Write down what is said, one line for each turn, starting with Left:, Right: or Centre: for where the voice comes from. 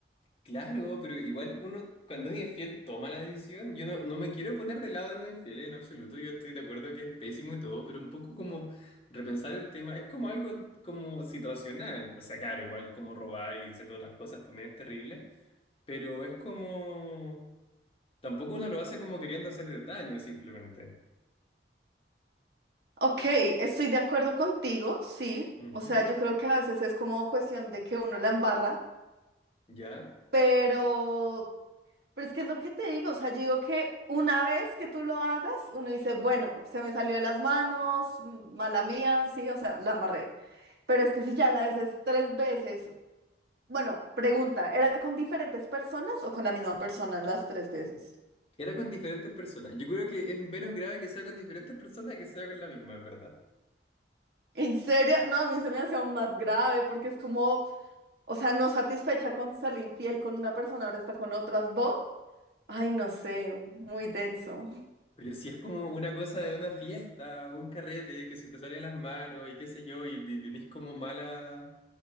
Left: claro, pero igual uno cuando es infiel toma la decisión, yo no, no me quiero poner del lado de los infieles en absoluto, yo estoy de acuerdo que es pésimo y todo, pero un poco como repensar el tema, es como algo como situacional, o sea, claro, igual como robar y hacer otras cosas también es terrible, pero es como... Tampoco uno lo hace como queriendo hacer daño, simplemente.
Right: Ok, estoy de acuerdo contigo, sí.
Left: Ujú,
Right: O sea, yo creo que a veces es como cuestión de que uno la embarra,
Left: Ya.
Right: pero, pero es que es lo que te digo. O sea, yo digo que una vez que tú lo hagas, uno dice, bueno, se me salió de las manos, mm, mala mía, sí, o sea, la embarré. Pero es que si ya la haces tres veces, bueno, pregunta, ¿era con diferentes personas o con la misma persona las tres veces?
Left: Era con diferentes personas. Yo creo que es menos grave que sea con diferentes personas que sea con la misma, en verdad.
Right: ¿En serio? No, a mí se me hace aún más grave porque es como... O sea, no satisfecha con ser infiel con una persona, ahora está con otras dos. Ay, no sé, muy denso.
Left: Pero si es como una cosa de una fiesta, un carrete que se te sale de las manos y qué sé yo, y, y tenés como mala.